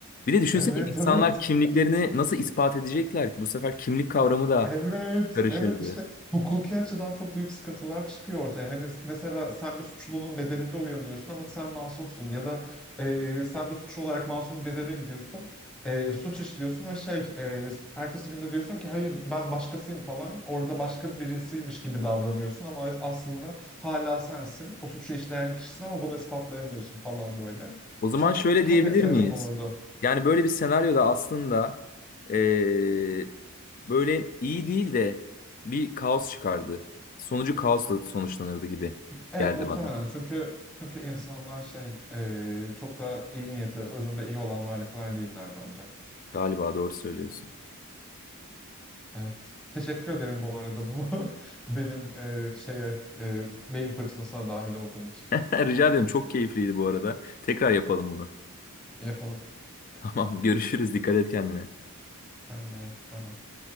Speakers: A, on the left; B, in the centre.
A: Bir de düşünsene
B: Evet,
A: insanlar
B: evet.
A: kimliklerini nasıl ispat edecekler ki? Bu sefer kimlik kavramı da
B: Evet,
A: karışırdı.
B: evet işte hukuki açıdan çok büyük sıkıntılar çıkıyor ortaya. Hani mesela sen bir suçlunun bedeninde uyanıyorsun ama sen masumsun ya da e, sen bir suçlu olarak masum bir bedene gidiyorsun. e, suç işliyorsun ve şey e, ertesi günde diyorsun ki hayır ben başkasıyım falan. Orada başka birisiymiş gibi davranıyorsun ama aslında hala sensin. O suçu işleyen kişisin ama bunu ispatlayamıyorsun falan böyle.
A: O zaman
B: Çok
A: şöyle
B: çok
A: diyebilir
B: enteresan
A: miyiz?
B: olurdu.
A: Yani böyle bir senaryoda aslında eee, böyle iyi değil de bir kaos çıkardı. Sonucu kaosla sonuçlanırdı gibi
B: Evet
A: geldi
B: muhtemelen
A: bana.
B: çünkü çünkü insanlar şey e, çok da iyi niyetli özünde iyi olan varlıklar değiller bence.
A: Galiba doğru söylüyorsun.
B: Evet. Teşekkür ederim bu arada bu <laughs> benim e, şeye e, beyin fırtınasına dahil olduğun için.
A: <laughs> Rica ederim çok keyifliydi bu arada. Tekrar yapalım bunu. <laughs>
B: İyi Yapalım.
A: Tamam görüşürüz dikkat et kendine.
B: Sen de. Bay bay.